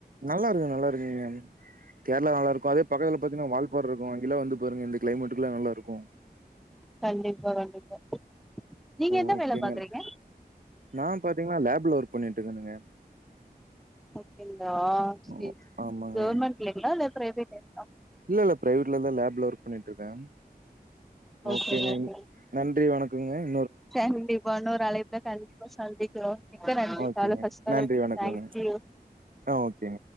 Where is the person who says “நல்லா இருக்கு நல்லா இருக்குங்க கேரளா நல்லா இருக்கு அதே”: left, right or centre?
Right